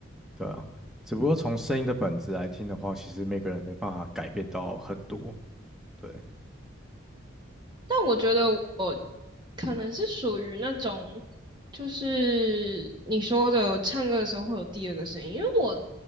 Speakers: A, in the centre; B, on the right.
A: 对啊。只不过从声音的本质来听的话，其实每个人没办法改变到很多。对，
B: 但我觉得我可能是属于那种，就是你说的唱歌的时候会有第二个声音，因为我